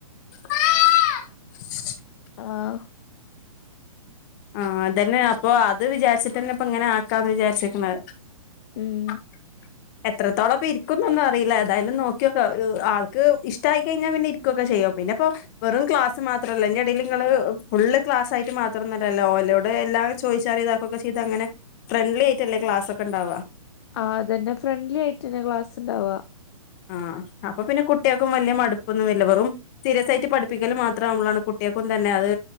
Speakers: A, on the left (about 30°); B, on the left (about 45°).
A: ആ
B: ആഹ്
A: ആഹ് അത് തന്നെ അപ്പൊ അത് വിചാരിച്ചിട്ടന്നെ ഇപ്പ ഇങ്ങനെ ആക്കാന്ന് വിചാരിചെക്ക്ന്നത്
B: ഉം
A: ടു ടു എത്രത്തോളം ഇരിക്കുന്നൊന്നും അറില്ല ഏതായാലും നോക്കിയോക്ക ആൾക്ക് ഇഷ്ടയിക്കഴിഞ്ഞാൽ പിന്നെ ഇ ക്കെ ചെയ്യോ പിന്നെപ്പോ വെറും ക്ലാസ് മാത്രല്ല ന്റെടയിൽ ഇങ്ങള് ഫുള്ള് ക്ലാസ് ആയിട്ട് മാത്രംല്ല ല്ല ഓലോട് എല്ലാം ചോയ്ച്ചാറിയ ഇതാക്കക്കെ ചെയത് അങ്ങനെ ഫ്രണ്ട്ലി ആയിട്ടല്ലേ ക്ലാസ് ഒക്കെ ഉണ്ടവുക
B: ആഹ്തന്നെ ഫ്രണ്ട്ലി ആയിട്ട് തന്നെ ക്ലാസ് ഉണ്ടാവാ
A: ആഹ അപ്പൊ പിന്നെ കുട്ടികൾക്കും വലിയ മടുപ്പന്നും വെരൂലാ വെറും സീരിയസ് ആയിട്ട് പഠിപ്പിക്കല് മാത്രം ആവുപോളാണ് കുട്ടിയെക്കുന്നെ അത്